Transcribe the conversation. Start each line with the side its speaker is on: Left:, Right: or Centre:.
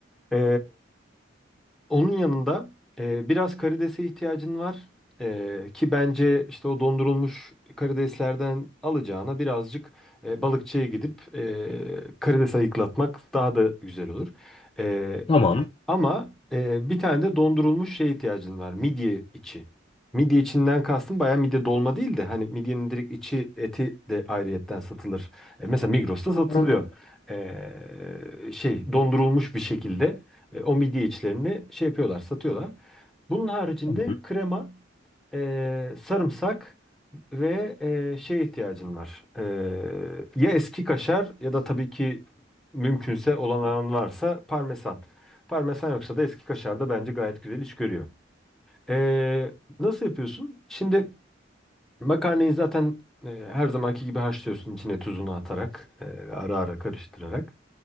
Centre: E, onun yanında e, biraz karidese ihtiyacın var. E, ki bence işte o dondurulmuş karideslerden alacağına birazcık e, balıkçıya gidip e, karides ayıklatmak daha da güzel olur. E,
Left: Tamam.
Centre: ama e, bir tane de dondurulmuş şeye ihtiyacın var. Midye içi. Midye içinden kastım bayağı midye dolma değil de hani midyenin direkt içi eti de ayrıyetten satılır. E, mesela Migros'ta satılıyor.
Left: Hı.
Centre: E, şey dondurulmuş bir şekilde e, o midye içlerini şey yapıyorlar, satıyorlar. Bunun haricinde
Left: Tamam.
Centre: krema, e, sarımsak ve e, şeye ihtiyacın var. E, ya eski kaşar ya da tabii ki mümkünse olan varsa parmesan. Parmesan yoksa da eski kaşar da bence gayet güzel iş görüyor. Ee, nasıl yapıyorsun? Şimdi makarnayı zaten e, her zamanki gibi haşlıyorsun içine tuzunu atarak, e, ara ara karıştırarak.